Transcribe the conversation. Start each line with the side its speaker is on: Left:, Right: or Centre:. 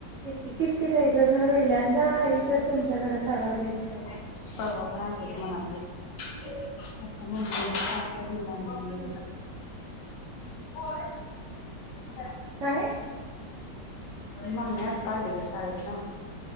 Right: किट किट <inaudible> ऐकल पहिल्यांदा आयुष्यात तुमच्या घरात आवाज आला
Left: <inaudible> परवा पण असच. <unintelligible> अप म्हण <inaudible> घेऊन आलाय. हो <inaudible>
Right: काय?
Left: मम्मी आता आली ग शाळेत न.